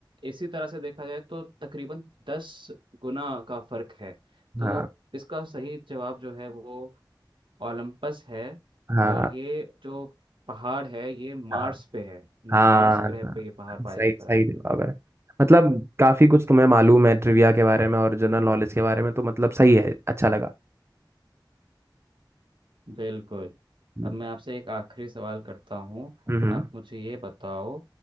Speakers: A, on the right; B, on the right.
A: इसी तरह से देखा जाए तो तकरीबन दस गुना का फर्क है तो
B: हाँ
A: इसका सही जवाब जो है वो ओलंपस है
B: हाँ
A: और ये जो पहाड़ है ये मार्स
B: हाँ
A: पे है
B: हाँ
A: मार्स
B: हाँ,
A: ग्रह पे ये पहाड़
B: हाँ,
A: पाया
B: सही
A: जाता
B: सही
A: है
B: जवाब है मतलब काफी कुछ तुम्हें मालूम है ट्रिविया के बारे में और जनरल नॉलेज के बारे में तो मतलब सही है अच्छा लगा
A: बिल्कुल
B: हम्म
A: अब मैं आपसे एक आखिरी सवाल करता हूँ
B: हम्म
A: आप मुझे ये बताओ